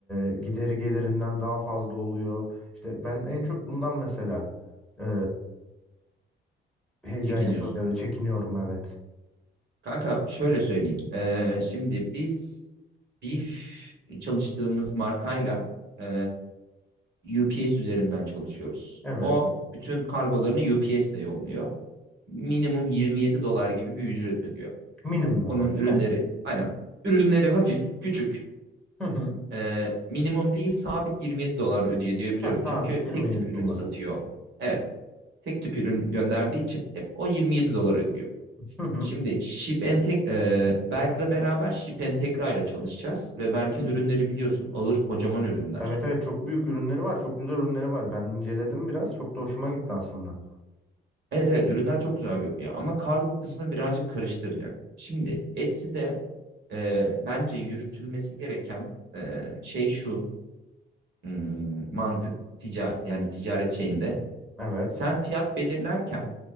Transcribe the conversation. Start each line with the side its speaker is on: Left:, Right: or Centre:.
Centre: e, gideri gelirinden daha fazla oluyor. İşte ben en çok bundan mesela e, heyecan
Right: Çekiniyorsun.
Centre: yapıyorum ya da çekiniyorum evet.
Right: Kanka şöyle söyleyeyim. E, şimdi biz Beef çalıştığımız markayla e, UPS üzerinden çalışıyoruz.
Centre: Evet.
Right: O bütün kargolarını UPS ile yolluyor. Minimum 27 dolar gibi bir ücret ödüyor.
Centre: Minimum
Right: Onun
Centre: ama
Right: ürünleri
Centre: değil mi?
Right: aynen. Ürünleri hafif, küçük.
Centre: Hı hı.
Right: Ee, minimum değil sabit 27 dolar ödüyor diye biliyorum.
Centre: Ha, sabit
Right: Çünkü
Centre: 27
Right: tek tip ürün
Centre: dolar.
Right: satıyor. Evet. Tek tip ürün gönderdiği için hep o 27 dolar ödüyor.
Centre: Hı hı.
Right: Şimdi Ship Enteg e, Berk'le beraber Ship Entegra ile çalışacağız. Ve Berk'in ürünleri biliyorsun ağır kocaman ürünler.
Centre: Evet evet çok büyük ürünleri var. Çok güzel ürünleri var. Ben inceledim biraz. Çok da hoşuma gitti aslında.
Right: Evet evet ürünler çok güzel görünüyor ama kargo kısmı birazcık karıştıracak. Şimdi Etsy'de e, bence yürütülmesi gereken e, şey şu hmm, mantık ticaret yani ticaret şeyinde
Centre: Evet.
Right: sen fiyat belirlerken